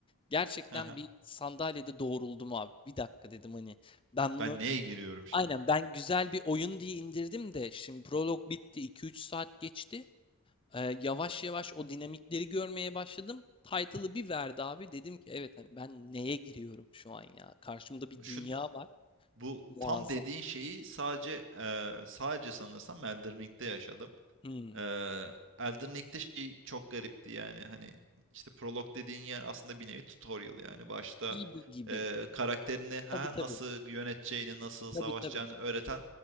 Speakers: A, on the left; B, on the right.
A: gerçekten
B: Hı hı.
A: bir sandalyede doğruldum abi. Bir dakika dedim hani ben bunu
B: Ben neye giriyorum şimdi?
A: aynen ben güzel bir oyun diye indirdim de şimdi prolog bitti 2-3 saat geçti. Ee, yavaş yavaş o dinamikleri görmeye başladım. Title'ı bir verdi abi. Dedim ki evet hani ben neye giriyorum şu an ya? Karşımda bir
B: Şu
A: dünya var.
B: bu
A: Muazzam.
B: tam dediğin şeyi sadece eee, sadece sanırsam Elden Ring'de yaşadım.
A: Hmm.
B: Eee Elden Ring'de şey çok garipti yani hani işte prolog dediğin yer aslında bir nevi tutorial yani başta
A: Gibi gibi.
B: eee, karakterini ha
A: Tabii tabii.
B: nasıl yöneteceğini nasıl savaşacağını
A: Tabii tabii.
B: öğreten